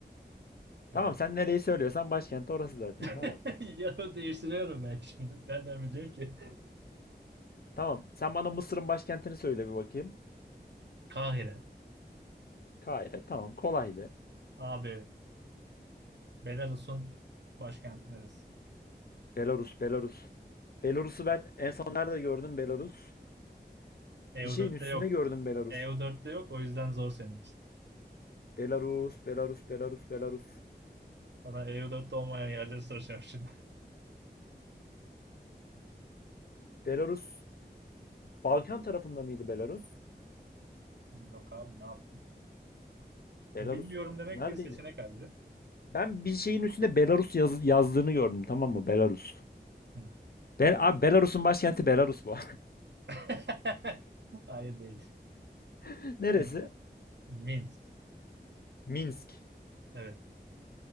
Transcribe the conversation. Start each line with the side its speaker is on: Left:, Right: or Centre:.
Right: Evet.
Left: Tamam sen nereyi söylüyorsan başkenti orası zaten.
Right: <laughs>
Left: Tamam.
Right: Ya değiştiriyorum ben şimdi. Nereden biliyorum ki?
Left: Tamam. Sen bana Mısır'ın başkentini söyle bir bakayım.
Right: Kahire.
Left: Kahire. Tamam. Kolaydı.
Right: Abi Belarus'un başkenti neresi?
Left: Belarus. Belarus. Belarus'u ben en son nerede gördüm Belarus?
Right: EU4'te
Left: Bir şeyin üstünde
Right: yok.
Left: gördüm Belarus.
Right: EU4'te yok o yüzden zor senin için.
Left: Belarus. Belarus. Belarus. Belarus.
Right: Sana EU4'te olmayan yerleri soracağım şimdi.
Left: Belarus. Balkan tarafında mıydı Belarus?
Right: Yok abi ne yaptın?
Left: Belarus.
Right: Bilmiyorum demek
Left: Neredeydi?
Right: bir seçenek ayrıca.
Left: Ben bir şeyin üstünde Belarus yaz- yazdığını gördüm. Tamam mı? Belarus.
Right: Hı.
Left: Bel Abi Belarus'un başkenti Belarus bu.
Right: <laughs> Hayır değil.
Left: <laughs> Neresi?
Right: Ee, Minsk.
Left: Minsk.
Right: Evet.